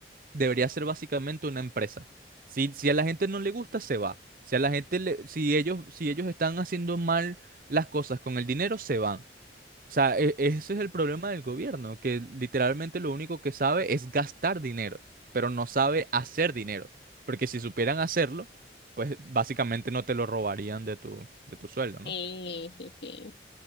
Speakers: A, on the right; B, on the left.
A: debería ser básicamente una empresa. Si, si a la gente no le gusta, se va. Si a la gente le- si ellos, si ellos están haciendo mal las cosas con el dinero, se van. O sea, e- ese es el problema del gobierno, que literalmente lo único que sabe es gastar dinero, pero no sabe hacer dinero. Porque si supieran hacerlo, pues básicamente no te lo robarían de tu, de tu sueldo, ¿no?
B: Sí, sí, sí.